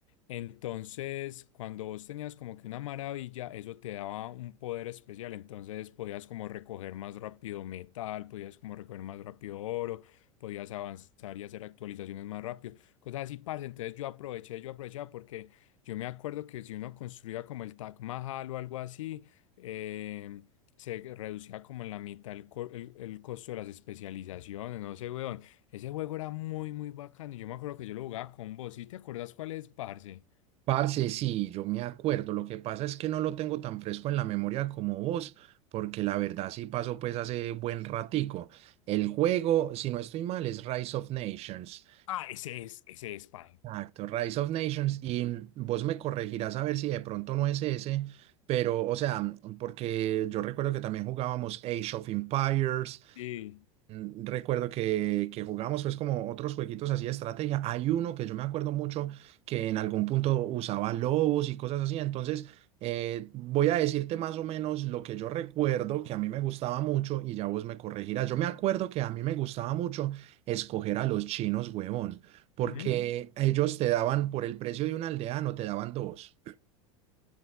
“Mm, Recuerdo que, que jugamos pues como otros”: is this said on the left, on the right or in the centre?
Right